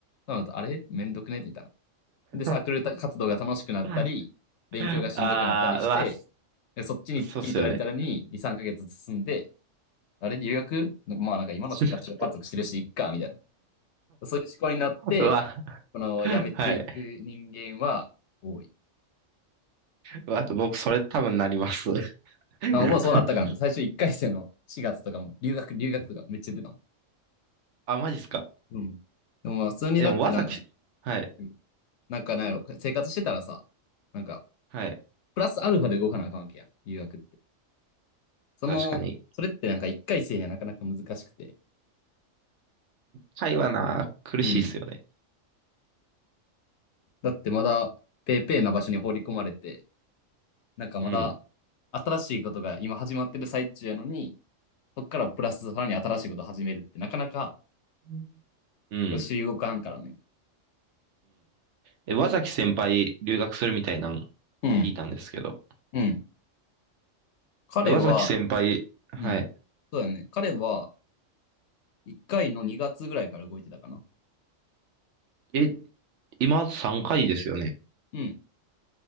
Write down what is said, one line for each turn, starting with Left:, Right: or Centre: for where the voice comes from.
Left: うなると、あれめんどくねって言ったら
Right: <laughs>
Left: で、サークル活動が楽しくなったり、
Right: あ
Left: 勉強がしんどくなったりして、
Right: あ、うわ、
Left: そっちに切り取られたらに2、
Right: そうっすよね。
Left: 3ヶ月進んで、あれ、留学なんかまあなんか今の生活満足してるし、
Right: <laughs>
Left: いっか、みたいな。そういう思考になって、
Right: うわ、
Left: この辞めていく人間は多い。
Right: はい。うわ、僕、それ多分なります。<laughs>
Left: あ、僕はそうなったからね、最初1回生の4月とかも、留学、留学とかめっちゃ出たの。
Right: あ、マジっすか。
Left: うん。でもまあ普通になってなんか、
Right: え、でも、わざき、はい、
Left: うんなんかなんやろ、生活してたらさ、なんか、
Right: はい。
Left: プラスアルファで動かなあかんわけやん、留学って。その、
Right: 確かに。
Left: それってなんか一回生にはなかなか難しくて。
Right: 会話な、苦しいっすよね。
Left: うん。だってまだ、ペーペーな場所に放り込まれて、なんかまだ、
Right: うん。
Left: 新しいことが今始まってる最中やのに、そっからプラスさらに新しいこと始めるって、なかなか、
Right: うんうん、
Left: 主流動かんからね。
Right: え、和崎先輩、留学するみたいなの
Left: うん。
Right: 聞いたんですけど。
Left: うん。彼は、
Right: え、和崎先輩、はい。
Left: うん。そうだね。彼は、一回の2月ぐらいから動いてたかな。
Right: え、今3回ですよね。
Left: うん。